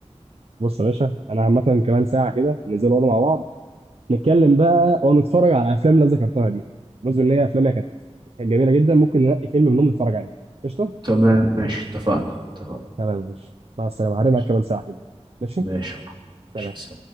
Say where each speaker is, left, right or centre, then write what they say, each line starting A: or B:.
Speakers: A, on the right; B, on the right.
A: بص يا باشا انا عامه كمان ساعه كده ننزل نقعد مع بعض نتكلم بقى ونتفرج على الافلام اللي أنا ذكرتها دي بس ان هي افلامها كانت كانت جميله جدا ممكن ننقي فيلم منهم نتفرج عليه قشطه
B: تمام ماشي اتفقنا اتفقنا
A: تمام يا باشا مع السلامه
B: ماشي
A: هرجع كمان ساعه كده ماشي
B: ماشي ماشي
A: سلام